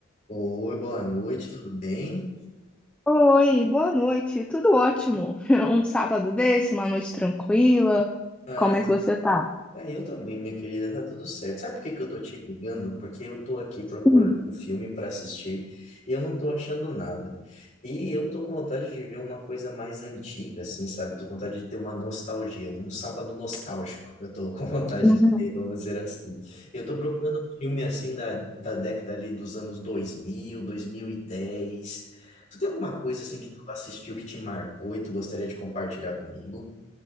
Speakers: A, on the left; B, in the centre.
A: Oi, boa noite, tudo bem?
B: Oi, boa noite. Tudo ótimo. <laughs> Um sábado desse, uma noite tranquila.
A: Ah,
B: Como é que você tá?
A: ah, eu também, minha querida, tá tudo certo. Sabe por que que eu tô te ligando? Porque eu tô aqui procurando
B: Hum,
A: um filme para assistir e eu não tô achando nada. E eu tô com vontade de ver uma coisa mais antiga, assim, sabe? Eu Tô com vontade de ter uma nostalgia, um sábado nostálgico. Eu tô com <laughs> vontade
B: hum.
A: de ter, vamos dizer assim. Eu tô procurando um filme, assim, da, da década ali dos anos dois dois mil, dois mil e dez. Tu tem alguma coisa, assim, que tu assistiu que te marcou e tu gostaria de compartilhar comigo?